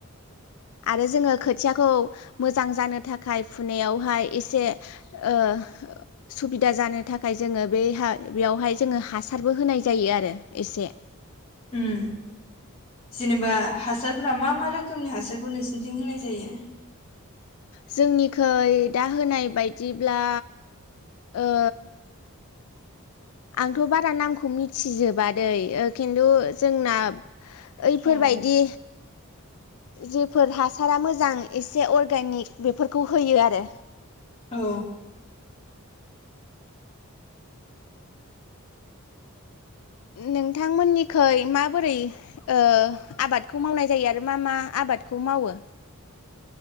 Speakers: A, on the left (about 75°); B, on the left (about 25°).
A: आरो जोङो खोथियाखौ मोजां जानो थाखाय फुनायावहाय एसे ओ सुबिदा जानो थाखाय जोङो बेहा बेयावहाय जोङो हासारबो होनाय जायो आरो एसे
B: उम जेनेबा हासारफोरा मा मा रोख खोमनि हासारखौ नोंसिनथिं होनाय जायो?
A: जोंनिखै दा होनाय बायदिब्ला ओ आंथ' बारा नामखौ मिथिजोबा दै खिन्थु जोंना ऐफोरबायदि
B: ओं
A: जेफोर हासारा मोजां एसे अर्गेनिक बेफोरखौ होयो आरो
B: औ
A: नोंथांमोननिखै माबोरै ओ आबादखौ मावनाय जायो आरो मा मा आबादखौ मावो?